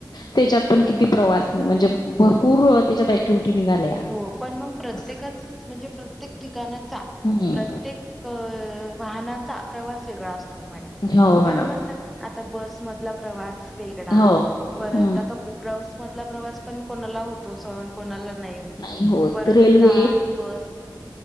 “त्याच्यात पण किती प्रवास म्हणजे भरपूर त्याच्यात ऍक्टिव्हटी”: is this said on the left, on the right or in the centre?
Left